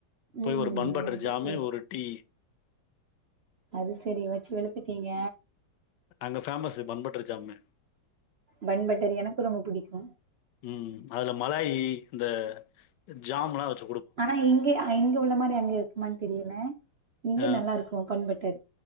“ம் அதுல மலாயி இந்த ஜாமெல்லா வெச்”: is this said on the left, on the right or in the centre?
Left